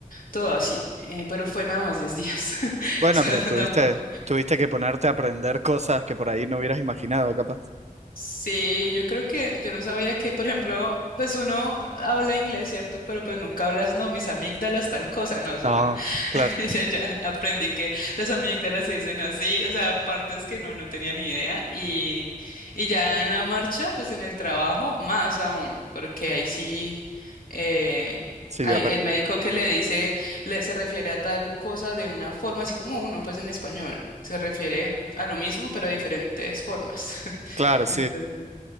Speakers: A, on the left; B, on the right.
A: todo así, eh, pero fue nada más 10 días, <laughs> o
B: Bueno,
A: sea,
B: pero tuviste,
A: tampoco.
B: tuviste que ponerte a aprender cosas que por ahí no hubieras imaginado, capaz.
A: Sí, yo creo que yo no sabía que, por ejemplo, pues uno habla inglés, ¿cierto? Pero pues nunca hablas, no, mis amígdalas, tal cosa, no, o sea,
B: No, claro.
A: <laughs> Ya, ya aprendí que las amígdalas se dicen así, o sea, partes que no, no tenía ni idea. Y, y ya en la marcha, pues en el trabajo, más aún, porque ahí sí, eh,
B: Sí,
A: hay
B: aprend-
A: el médico que le dice, le, se refiere a tal cosa de una forma, así como uno, pues en español, se refiere a lo mismo, pero de diferentes formas. <laughs>
B: Claro, sí.
A: Entonces,